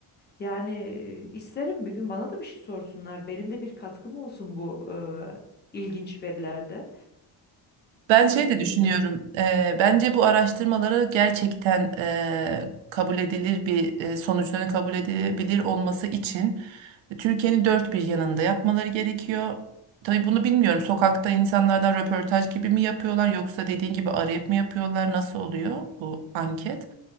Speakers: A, on the left (about 20°); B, on the right (about 75°).
A: Yani e, isterim bir gün bana da bir şey sorsunlar. Benim de bir katkım olsun bu e, ilginç verilerde.
B: Ben şey
A: Ama
B: de
A: bilmiyorum.
B: düşünüyorum. eee, bence bu araştırmaları gerçekten eee, kabul edilir bir eee, sonuçların kabul edilebilir olması için Türkiye'nin dört bir yanında yapmaları gerekiyor. Tabii bunu bilmiyorum. Sokakta insanlardan röportaj gibi mi yapıyorlar yoksa dediğin gibi arayıp mı yapıyorlar? Nasıl oluyor bu anket?